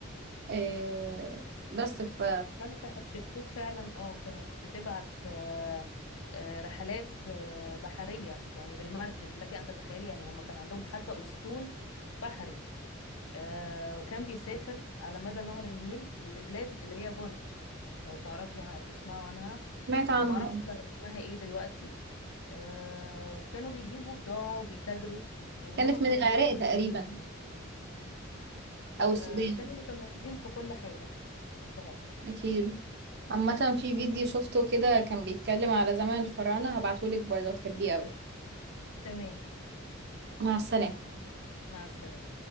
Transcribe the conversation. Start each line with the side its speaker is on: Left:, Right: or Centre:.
Right: آه، بس ف
Left: ملكة حتشبسوت فعلا اه كانت بتبعت آه، آه، رحلات آه، بحرية يعني بالمركب لك أن تتخيلي يعني هم كان عندهم حتى أسطول بحري آه، وكان بيسافر على مدى نهر النيل لبلاد اللي هي بونت لو تعرفي عن- تسمعوا عنها
Right: سمعت عنها
Left: آه، معرفش
Right: اه
Left: بقى اسمها ايه دلوقتي آه، وكانوا بيجيبوا بضاعة وبيتاجروا يعني
Right: كانت
Left: هم كانوا
Right: من العراق
Left: متميزين
Right: تقريبا او
Left: آه،
Right: السودان
Left: كانوا متميزين في كل حاجة صراحة
Right: اكيد عامة في فيديو شفته كده كان بيتكلم على زمن الفراعنة هبعتهولك برضه هتحبيه اوي
Left: تمام
Right: مع السلامة
Left: مع السلامة